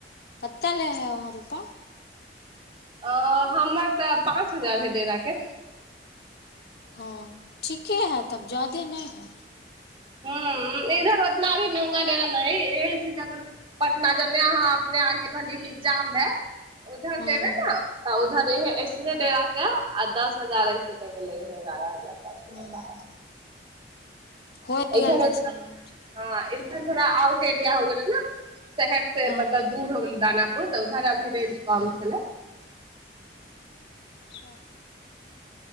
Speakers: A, on the left; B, on the right.
A: कते ले है वहाँ रूपा।
B: अ हमर तऽ पाँच हजार हय डेराके।
A: हँ ठीके हऽ तब जादे नहि हऽ।
B: हूँ, इधर उतना भी महंगा डेरा नहि, एहि से जाकर। पटना जने अहाँ अपने आर के कहलिय एगजाम में, उधर
A: हूँ
B: जेबे नऽ। तऽ उधर एहे ऐसने डेरा के आ दस हजार ऐसे कऽ के लै हे, एगारह हजार। दस हजार
A: हूँ।
B: बारह
A: हो गेल
B: इधर ओतना,
A: दस मिनट
B: हँ इधर थोड़ा आउट एरिया हो गेलै ने शहर से
A: हँ
B: मतलब। दूर हो गेलै दानापुर तऽ उधर अभी रेन्ट कम छलै।
A: हँ।